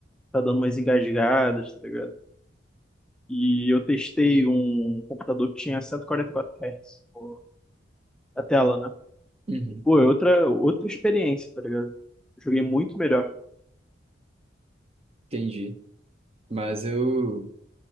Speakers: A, in the centre; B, on the right.
A: tá dando umas engasgadas, tá ligado? E eu testei um computador que tinha cento e e quarenta e quatro Hz, pô, a tela, né?
B: Uhum,
A: Pô, é outra, outra experiência, tá ligado? Joguei muito melhor.
B: entendi. Mas eu.